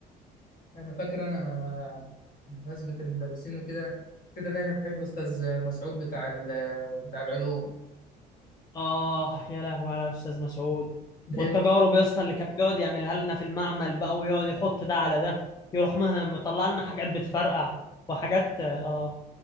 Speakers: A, on the left (about 55°); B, on the left (about 25°).
A: انا فاكر انا بمناسبه المدرسين وكده كده دايما بحب استاذ مسعود بتاع ال- بتاع العلوم
B: اه يا لهوي على استاذ مسعود
A: دايما
B: والتجارب يا اسطى اللي كان بيقعد يعملها لنا في المعمل بقى ويقعد يحط ده على ده يروح مه- مطلع لنا حاجات بتفرقع وحاجات اه